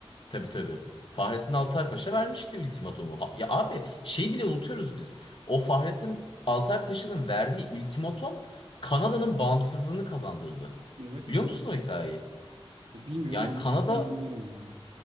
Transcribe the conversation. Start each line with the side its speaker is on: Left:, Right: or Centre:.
Left: tabii tabii Fahrettin Altay Paşa vermişti ultimatumu. Ha- Ya abi şey bile unutuyoruz biz. O Fahrettin Altay Paşa'nın verdiği ultimatum Kanada'nın bağımsızlığını kazandırdı.
Right: Evet.
Left: Biliyor musun o hikayeyi?
Right: Ya bilmiyorum
Left: Yani
Right: anlatırsan
Left: Kanada
Right: dinlerim yani.